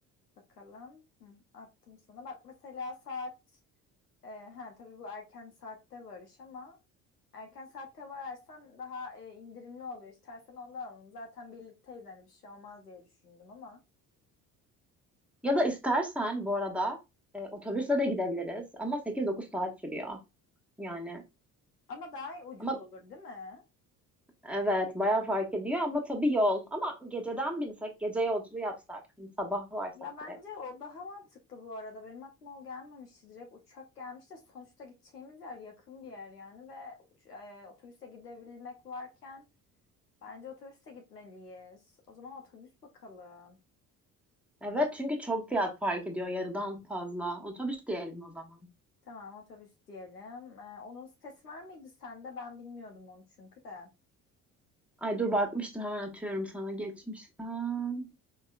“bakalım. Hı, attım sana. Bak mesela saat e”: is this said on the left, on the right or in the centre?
Left